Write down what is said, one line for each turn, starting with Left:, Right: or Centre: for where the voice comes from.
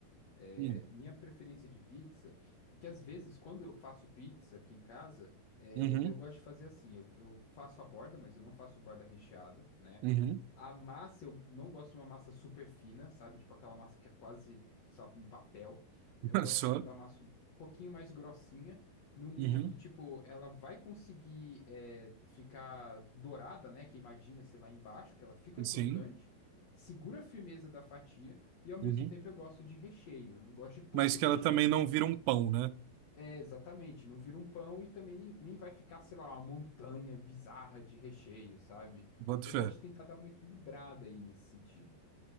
Left: É,
Right: Hum.
Left: minha preferência de pizza, que às vezes quando eu faço pizza aqui em casa, é,
Right: Uhum,
Left: eu gosto de fazer assim, eu, eu faço a borda, mas eu não faço borda recheada, né?
Right: uhum.
Left: A massa, eu não gosto de uma massa super fina, sabe? Tipo aquela massa que é quase, sabe, um papel.
Right: <laughs>
Left: Eu gosto
Right: Só.
Left: da massa um pouquinho mais grossinha, num nível
Right: Uhum.
Left: que, tipo, ela vai conseguir é, ficar dourada, né? Queimadinha, sei lá, embaixo, que ela fica crocante,
Right: Sim.
Left: segura a firmeza da fatia, e ao mesmo
Right: Uhum.
Left: tempo eu gosto de recheio. Eu não gosto de pouco
Right: mas que
Left: recheio.
Right: ela também não vira um pão, né?
Left: É, exatamente. Não vira um pão e também nem, nem vai ficar, sei lá, uma montanha bizarra de recheio, sabe?
Right: Boto
Left: Eu
Right: fé.
Left: gosto de tentar dar uma equilibrada aí nesse sentido.